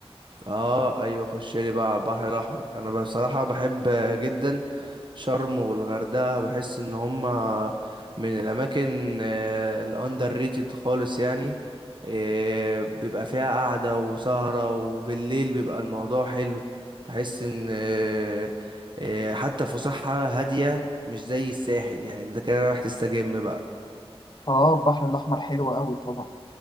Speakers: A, on the right; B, on the left.
A: اه ايوه خش لي بقى على البحر الاحمر انا بصراحه بحب جدا شرم والغردقه بحس ان هما من الاماكن الاندر ريتد خالص يعني آه، بيبقى فيها قعده وسهره وبالليل بيبقى الموضوع حلو بحس ان آه، آه، حتى فسحه هاديه مش زي الساحل يعني ده كده رايح تستجم بقى
B: اه البحر الأحمر حلو أوي طبعا